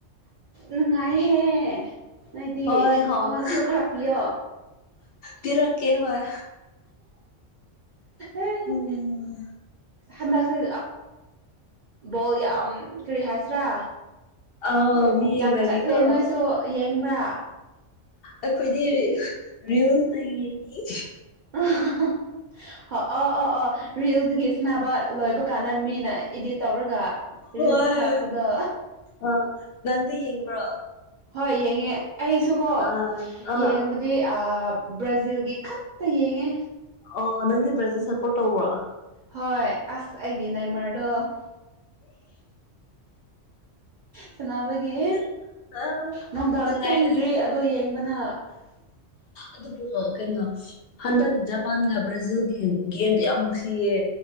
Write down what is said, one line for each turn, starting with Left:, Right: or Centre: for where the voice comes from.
Right: ꯅꯨꯡꯉꯥꯏꯍꯦ ꯅꯗꯤ
Left: ꯍꯣꯏ
Right: ꯑꯩꯉꯣꯟꯗꯁꯨ
Left: ꯍꯥꯎꯕ
Right: ꯈꯔ ꯄꯤꯌꯣ
Left: ꯄꯤꯔꯛꯀꯦ ꯍꯣꯏ
Right: ꯑꯦꯝ
Left: ꯎꯝ
Right: ꯍꯟꯗꯛꯁꯦ ꯕꯣꯜ ꯌꯥꯝ ꯀꯔꯤ ꯍꯥꯏꯁꯤꯔꯥ
Left: ꯑꯥꯎ ꯃꯤ ꯌꯦꯡꯅꯔꯤꯀꯣ
Right: ꯌꯥꯝ ꯆꯠꯂꯦ ꯅꯣꯏꯁꯨ ꯌꯦꯡꯕ꯭ꯔꯥ
Left: ꯑꯩꯈꯣꯏꯗꯤ ꯔꯤꯜꯁꯇ ꯌꯦꯡꯉꯤ
Right: ꯑ ꯑꯣ ꯑ ꯔꯤꯜꯁꯤꯒꯤ ꯁꯕ ꯂꯣꯏꯕ ꯀꯥꯟꯗ ꯃꯤꯅ ꯏꯗꯤꯠ ꯇꯧꯔꯒ ꯔꯤꯜꯁ
Left: ꯍꯣꯏ
Right: ꯊꯥꯔꯛꯄꯗꯣ
Left: ꯑ ꯅꯪꯒ ꯌꯦꯡꯕ꯭ꯔꯣ
Right: ꯍꯣꯏ ꯌꯦꯡꯉꯦ ꯑꯩꯁꯨꯀꯣ
Left: ꯑꯥ ꯑꯥ
Right: ꯌꯦꯡꯕꯗꯤ ꯑ ꯕ꯭ꯔꯥꯖꯤꯜꯒꯤ ꯈꯛꯇ ꯌꯦꯡꯉꯦ
Left: ꯑ ꯅꯪꯗꯤ ꯕ꯭ꯔꯖꯦ ꯁꯞꯄꯣꯔꯠ ꯇꯧꯕ꯭ꯔꯣ
Right: ꯍꯣꯏ ꯑꯁ ꯑꯩꯒꯤ ꯅꯥꯏꯃꯔꯗꯣ ꯁꯅꯕꯒꯤ
Left: ꯅꯨꯡꯉꯥꯏꯔꯦ
Right: ꯅꯨꯡꯗꯥꯡ ꯇꯨꯝꯗ꯭ꯔꯤ
Left: ꯑꯗꯨꯗꯤ
Right: ꯑꯗꯣ ꯌꯦꯡꯕꯅ
Left: ꯑꯗꯨꯕꯨ ꯀꯩꯅꯣ ꯍꯟꯗꯛ ꯖꯄꯥꯟꯒ ꯕ꯭ꯔꯥꯖꯤꯜꯒꯤ ꯒꯦꯝꯗꯣ ꯌꯥꯝ ꯅꯨꯡꯁꯤꯌꯦ